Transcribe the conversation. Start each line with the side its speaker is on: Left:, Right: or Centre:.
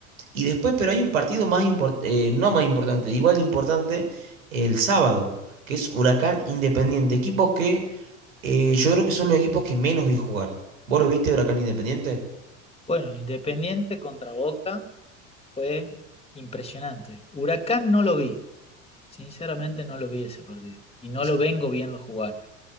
Right: Y después, pero hay un partido más importante, no más importante, igual de importante, el sábado, que es Huracán Independiente. Equipos que eh, yo creo que son los equipos que menos vi jugar. ¿Vos lo viste, Huracán Independiente?
Left: Bueno, Independiente contra Boca fue impresionante. Huracán no lo vi, sinceramente no lo vi ese partido y no
Right: Sí.
Left: lo vengo viendo jugar.